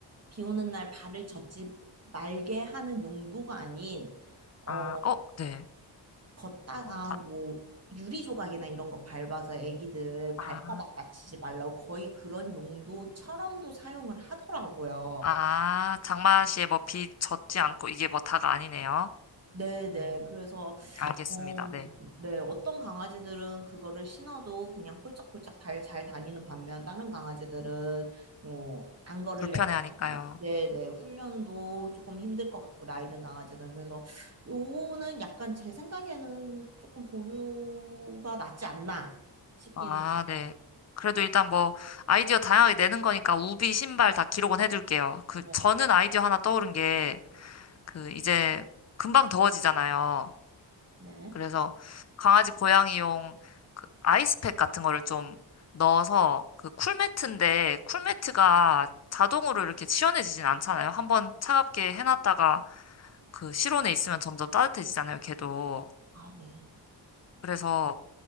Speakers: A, on the right (about 35°); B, on the left (about 35°).
A: 비 오는 날 발을 젖지 말게 하는 용도가 아닌 어
B: 아, 어, 네.
A: 걷다가
B: 어, 다-
A: 뭐 유리 조각이나 이런 거 밟아서 애기들
B: 아,
A: 발바닥 다치지 말라고 거의 그런 용도처럼도 사용을 하더라고요.
B: 아, 장맛이 뭐비 젖지 않고 이게 뭐 다가 아니네요.
A: 네네.
B: 음,
A: 그래서,
B: 알겠습니다.
A: 어,
B: 네.
A: 네. 어떤 강아지들은 그거를 신어도 그냥 폴짝폴짝 잘, 잘 다니는 반면, 다른 강아지들은, 뭐, 안 걸으려고
B: 불편해하니까요.
A: 하고, 네네. 훈련도 조금 힘들 것 같고, 나이 든 강아지들은. 그래서, 요거는 약간 제 생각에는 조금 보류가 낫지 않나 싶긴
B: 아,
A: 해요.
B: 네. 그래도 일단 뭐 아이디어 다양하게 내는 거니까 우비 신발 다 기록은 해둘게요. 그
A: 네.
B: 저는 아이디어 하나 떠오른 게 그 이제 금방 더워지잖아요.
A: 네.
B: 그래서 강아지 고양이용 그 아이스팩 같은 거를 좀 넣어서 그 쿨매트인데 쿨매트가 자동으로 이렇게 시원해지진 않잖아요. 한번 차갑게 해놨다가 그 실온에 있으면 점점 따뜻해지잖아요, 걔도.
A: 아, 네.
B: 그래서